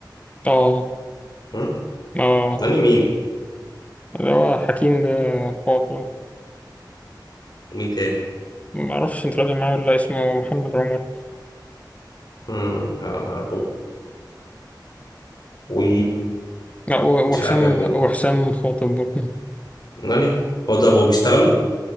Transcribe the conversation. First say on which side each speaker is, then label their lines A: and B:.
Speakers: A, on the left; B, on the left.
A: اه
B: م?
A: اه
B: ناني مين
A: اللي هو حكيم ده خاطر
B: ومين تاني
A: ومعرفش انت لازم معاه ولا لأ، اسمه محمد عمر
B: مم. لا ما اعرفوش و
A: لا و-
B: مش
A: وحسام
B: عارف يا برو
A: وحسام خاطر برضه
B: ناني هو ده ابو بيشتغلوا